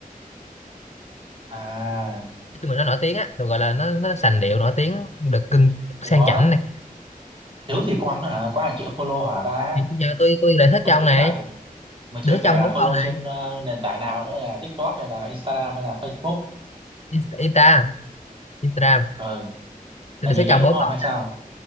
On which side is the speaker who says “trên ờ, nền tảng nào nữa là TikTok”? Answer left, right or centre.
Right